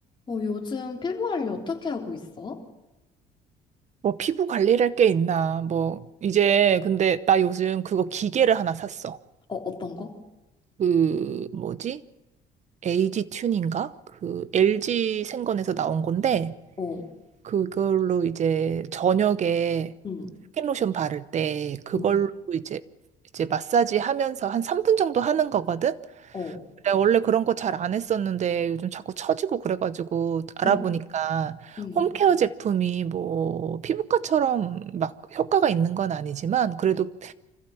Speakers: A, on the left; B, on the right.
A: 어, 요즘 피부 관리 어떻게 하고 있어?
B: 뭐 피부 관리할 게 있나? 뭐 이제 근데 나 요즘 그거 기계를 하나 샀어.
A: 어, 어떤 거?
B: 그 뭐지? 에이지 튠인가? 그 LG 생건에서 나온 건데
A: 어,
B: 그걸로 이제 저녁에
A: 음,
B: 스킨로션 바를 때 그걸로
A: 음,
B: 이제 이제 마사지 하면서 한 3분 정도 하는 거거든.
A: 어,
B: 내가 원래 그런 거 잘 안 했었는데 요즘 자꾸 처지고 그래가지고 알아보니까
A: 음, 음.
B: 홈케어 제품이 뭐 피부과처럼 막 효과가 있는 건 아니지만 그래도